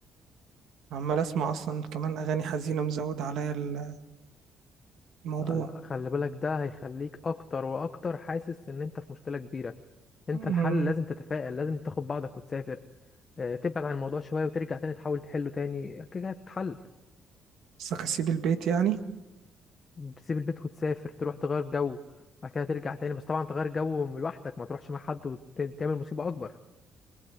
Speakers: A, on the right; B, on the left.
A: عمال اسمع اصلا كمان اغاني حزينه مزود عليا ال- الموضوع
B: لا لا خلي بالك ده هيخليك اكتر واكتر حاسس ان انت في مشكله كبيره انت
A: أمم،
B: الحل لازم تتفائل لازم تاخد بعضك وتسافر آه، تبعد عن الموضوع شويه وترجع تاني تحاول تحله تاني كده هتتحل
A: بس اسيب البيت يعني
B: تسيب البيت وتسافر تروح تغير جو وبعد كده ترجع تاني بس طبعا تغير جو لوحدك ما تروحش مع حد وتعمل مصيبة أكبر